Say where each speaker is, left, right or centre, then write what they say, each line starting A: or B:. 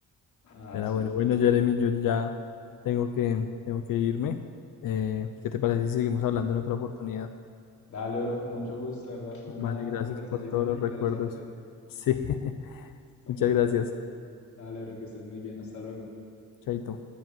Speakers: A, on the left (about 60°); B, on the left (about 80°).
A: Ah,
B: Era
A: sí,
B: bueno.
A: bro.
B: Bueno, Jeremy, yo ya tengo que, tengo que irme. Eh, ¿qué te parece si seguimos hablando en otra oportunidad?
A: Dale, bro, con mucho gusto, de ¿verdad? Fue una,
B: Vale,
A: una
B: gracias
A: conversación
B: por todos
A: muy
B: los
A: interesante.
B: recuerdos. Sí, <laughs>
A: Son
B: muchas
A: muy buenas.
B: gracias.
A: Dale, bro, que estés muy bien. Hasta luego.
B: Chaito.